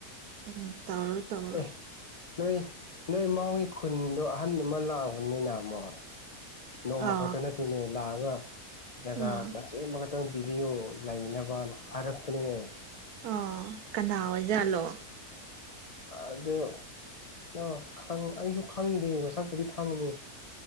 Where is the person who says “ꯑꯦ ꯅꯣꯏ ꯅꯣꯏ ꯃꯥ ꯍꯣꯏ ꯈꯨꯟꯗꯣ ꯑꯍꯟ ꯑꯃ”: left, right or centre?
Left